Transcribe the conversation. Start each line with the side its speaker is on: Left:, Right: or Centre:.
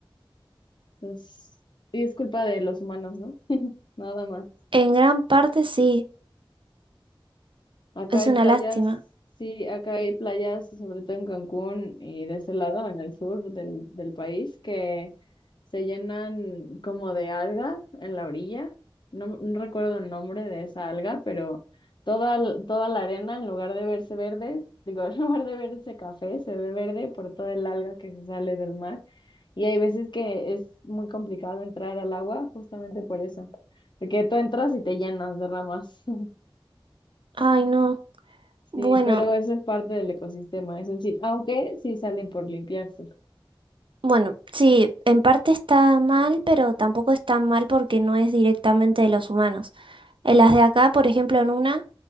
Left: Pues, y es culpa de los humanos, ¿no? Nada más.
Right: En gran parte sí,
Left: Acá
Right: es
Left: hay
Right: una
Left: playas,
Right: lástima.
Left: sí, acá hay playas, sobre todo en Cancún y de ese lado, en el sur del, del país, que se llenan como de alga en la orilla. No, no recuerdo el nombre de esa alga, pero toda, l- toda la arena, en lugar de verse verde, digo, <laughs> en lugar de verse café, se ve verde por toda el alga que se sale del mar. Y hay veces que es muy complicado entrar al agua justamente por eso, porque tú entras y te llenas de ramas. <laughs>
Right: Ay, no. Bueno,
Left: Sí, pero eso es parte del ecosistema, eso sí, aunque sí salen por limpiarse,
Right: Bueno, sí, en parte está mal, pero tampoco está mal porque no es directamente de los humanos. En las de acá, por ejemplo, en una,